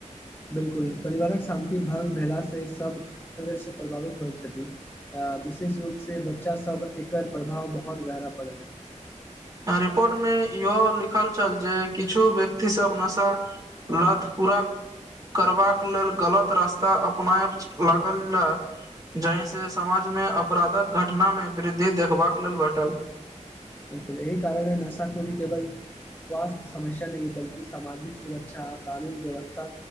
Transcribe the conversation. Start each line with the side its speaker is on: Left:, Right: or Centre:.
Left: बिलकुल परिवारक शान्ति भंग भेलासँ सब सदस्य प्रभावित होइत छथि। विशेष रूप से बच्चा सब एकर प्रभाव बहुत गहरा पड़ैत अछि।
Right: रिपोर्टमे इहो लिखल छल जे किछु व्यक्तिसभ नशा लत पुरा करबाक लेल गलत रास्ता अपनायब लागल य जहि से समाज मे अपराधक घटना मे वृद्धि देखबाक लेल भेटल।
Left: बिलकुल एहि कारणे नशा खुरी केवल स्वास्थ्य समस्या नहि बल्कि सामाजिक सुरक्षा आ कानून व्यवस्था